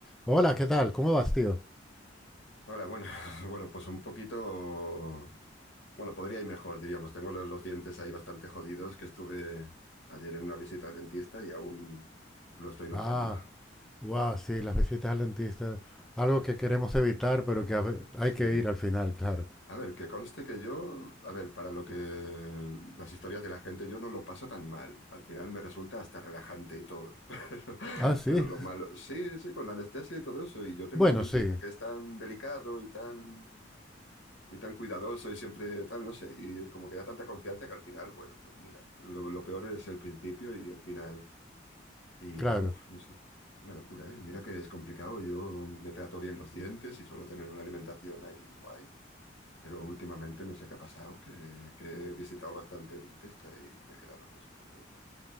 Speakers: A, in the centre; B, on the left.
A: Hola, ¿qué tal? ¿Cómo vas, tío?
B: Hola, bueno, <laughs> bueno, pues un poquito, bueno, podría ir mejor, diríamos. Tengo los, los dientes ahí bastante jodidos, que estuve ayer en una visita al dentista y aún lo estoy notando.
A: Ah, wow, sí, las visitas al dentista, algo que queremos evitar, pero que a ve-
B: Sí.
A: hay que ir al final, claro.
B: A ver, que conste que yo, a ver, para lo que las historias de la gente, yo no lo paso tan mal. Al final me resulta hasta relajante y todo. <laughs> Pero,
A: Ah, sí.
B: pero lo malo, sí, sí, con la anestesia y todo eso. Y yo tengo
A: Bueno,
B: un dentista
A: sí,
B: que es tan delicado y tan y tan cuidadoso y siempre tal, no sé, y como que da tanta confianza que al final, bueno, pues mira, lo, lo peor es el principio y el final, y
A: claro.
B: uff, no sé, una locura, ¿eh? Mira que es complicado, yo me trato bien los dientes y suelo tener una alimentación ahí guay, pero últimamente no sé qué ha pasado, que, que he visitado bastante el dentista y me he quedado pues un poco, uf.